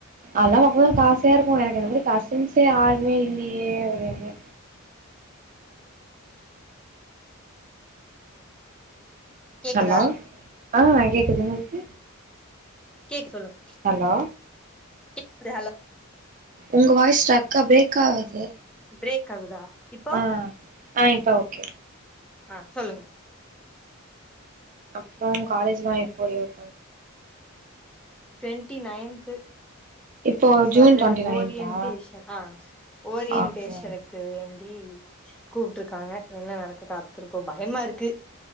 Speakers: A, on the right; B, in the centre.
A: அதல்லா பாக்க போது எனக்கு ஆசையா இருக்கு எனக்கு இந்த மாரி கசின்ஸே யாருமே இல்லியே அப்டின்னு
B: கேக்குதா
A: ஹலோ ஆ கேக்குது உங்களுக்கு
B: கேக் சொல்லுங்க
A: ஹலோ
B: கேக்குது ஹலோ
A: உங்க வாய்ஸ் ஸ்ட்ரக்கா பிரேக் ஆகுது
B: பிரேக் ஆகுதா இப்போ
A: ஆ ஆ இப்ப ஓகே
B: ஆ சொல்லுங்க
A: அப்பற காலேஜ்லா எப்போ லீவ்
B: ட்வெண்ட்டி நையன்த்து
A: இப்போ
B: ச
A: ஜூன்
B: அது
A: டுவெண்ட்டி நைன்தா
B: ஓரியன்டேஷன் ஆ ஓரியன்டேஷனக்
A: ஓகே
B: கு வேண்டி கூப்புற்றுக்காங்க என்ன நடக்க காத்துருக்கோ பயமா இருக்கு